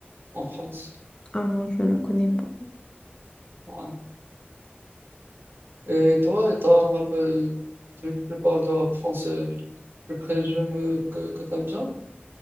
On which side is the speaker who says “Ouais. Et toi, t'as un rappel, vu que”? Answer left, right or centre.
Right